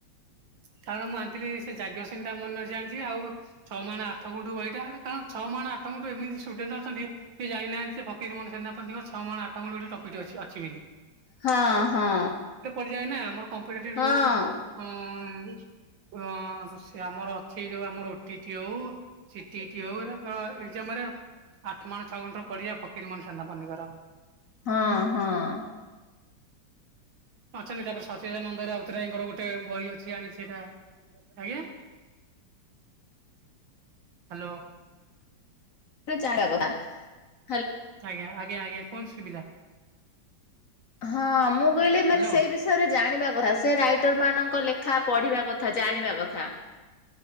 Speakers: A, on the right; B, on the left.
A: କାରଣ ମୁଁ ଆଣିଥିଲି ସେ ଯାଜ୍ଞ ସେନୀ ଟା ମନେ ଅଛି ଆଣିଛି ଆଉ ଛଅ ମାଣ ଆଠ ଗୁଣ୍ଠୁ ବହିଟା ଏଟା କାରଣ ଛଅ ମା <unintelligible> ଏମିତି ଷ୍ଟୁଡେଣ୍ଟ ଅଛନ୍ତି ସେ ଜାଣିନାହାନ୍ତି <inaudible> ଫକୀର ମୋହନ ସେନାପତିଙ୍କର ଛଅମାଣ ଆଠ ଗୁଣ୍ଠ ଗୋଟେ ଟପିକଟେ ଅଛି ଅଛି ବୋଲି।
B: ହଁ- ହଁ।
A: ଯାଏନା ଆମର କମ୍ପିଟେଟିଭ୍
B: ହଁ
A: ଯୋଉ ଉଁ-ଉଁ-ଉଁ-ଉଁ ହଁ ସେ ଆମର ଅଛି ଯୋଉ ଆମର ଓଟି ଇଟି ହଉ ସିଟି ‌ଇଟି ହେଉ ଏଗୁରାକ ଏକ୍ଜାମରେ। ଆଠ ମାଣ ଛଅ ଗୁଣ୍ଠ <unintelligible> ଫକିର ମୋହନ ସେନାପତିଙ୍କର।
B: ହଁ- ହଁ।
A: ଅଛନ୍ତି ତାପରେ ସଚିଦାନନ୍ଦ ରାଉତରାୟଙ୍କର ଗୋଟେ ବହି ଅଛି ଆଣିଚି। ସେଇଟା, ଆଜ୍ଞା? ହ୍ୟାଲୋ।
B: <unintelligible>
A: ଆଜ୍ଞା-ଆଜ୍ଞା-ଆଜ୍ଞା କୁହନ୍ତୁ ଶୁଭିଲା।
B: ହଁଅ-ଅ ମୁଁ କହିଲି ମାନେ
A: ହ୍ୟାଲୋ।
B: ସେଇ ବିଷୟରେ ଜାଣିବା କଥା ସେ ରାଇଟରମାନଙ୍କ ଲେଖା ପଢିବା କଥା ଜାଣିବା କଥା।